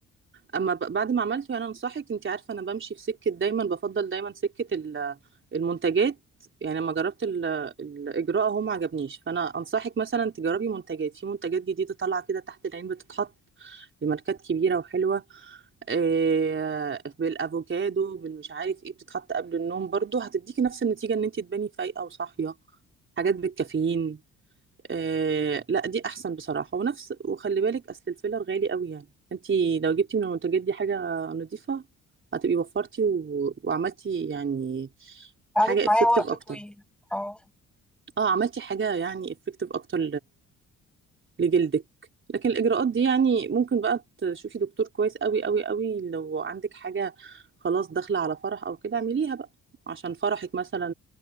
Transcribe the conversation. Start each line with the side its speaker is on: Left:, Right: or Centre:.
Right: اما ب- بعد ما عملته يعني انا صاحيه انت عارفه انا بمشي في سكه دايما بفضل دايما سكه ال- المنتجات يعني لما جربت ال- الاجراء هو ما عجبنيش فانا انصحك مثلا تجربي منتجات في منتجات جديده طالعه كده تحت العين بتتحط لماركات كبيره وحلوه آه، بالافوكادو بالمش عارف ايه بتتحط قبل النوم برضو هتديكي نفس النتيجه ان انت تباني فايقه وصاحيه حاجات بالكافيين آه لا دي احسن بصراحه ونفس وخلي بالك اصل الفيلر غالي قوي يعني انت لو جبتي من المنتجات دي حاجه نظيفه هتبقي وفرتي و... وعملتي يعني
Centre: قعدت
Right: حاجه
Centre: معايا
Right: افكتيف
Centre: وقت
Right: اكتر
Centre: طويل اه
Right: اه عملتي حاجه يعني افكتيف اكتر لجلدك لكن الإجراءات دي يعني ممكن بقى تشوفي دكتور كويس قوي قوي قوي لو عندك حاجة خلاص داخلة على فرح أو كده اعمليها بقى عشان فرحك مثلا